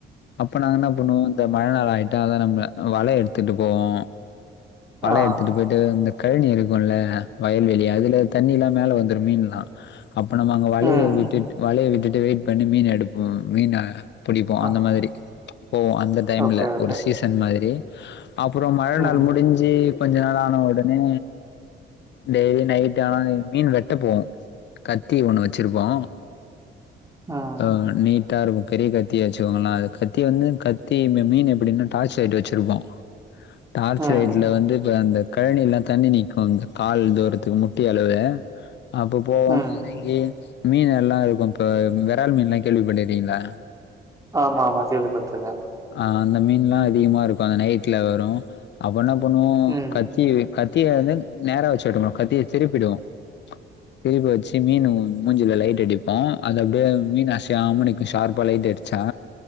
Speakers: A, on the left; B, on the right.
A: அப்ப நாங்க என்ன பண்ணுவோ இந்த மழனால ஆயிட்டா அதா நம்ன வல எடுத்துட்டு போவோ வல
B: ஆ.
A: எடுத்துட்டு போயிட்டு இந்த கழினி இருக்குல்ல வயல்வெளி அதுல தண்ணிலா மேல வந்துரு மீன்லா அப்ப நம்ம அங்க வலய
B: ம்.
A: விட்டுட் வலய விட்டுட்டு வெயிட் பண்ணி மீன் எடுப்போ மீன புடிப்போ
B: ஆ.
A: அந்த மாதிரி போவோ அந்த டைம்ல
B: ஓகே, ஓகே.
A: ஒரு சீசன் மாதிரி அப்பறோ மழ
B: ம்,
A: நாள் முடிஞ்சி கொஞ்ச நாள் ஆன உடனே டெய்லி நைட் ஆனா மீன் வெட்ட போவோ கத்தி ஒன்னு வெச்சிருப்போ
B: ம்,
A: அ நீ ட்டா இருக்கு பெரிய கத்தி வெச்சுக்கோங்னா அது கத்தி வந்து கத்தி மி மீன் எப்படின்னா டார்ச் லைட் வெச்சிருப்போ டார்ச்
B: ம்,
A: லைட்ல வந்து இப்ப அந்த கழனிலா தண்ணி நிக்கு இந்த கால் தூரத்துக்கு முட்டி அளவே அப்ப போவோ
B: ம்.
A: எறங்கி மீன் எல்லா இருக்கு இப்ப வெறால் மீன்லா கேள்வி பட்ருக்கிங்களா
B: ஆமாம்மா கேள்வி பட்ருக்கே
A: அ அந்த மீன்லா அதிகமா இருக்கு அந்த நைட்ல வரு அப்ப என்ன பண்ணுவோ
B: ம்.
A: கத்திய கத்திய வந்து நேரா வச்சு வெட்டணு கத்திய திருப்பிடுவோ
B: <inaudible>
A: திருப்பி வச்சு மீனு மூஞ்சில லைட் அடிப்போ அது அப்படியே மீனு அசையாம நிக்கு ஷார்ப்பா லைட் அடிச்சா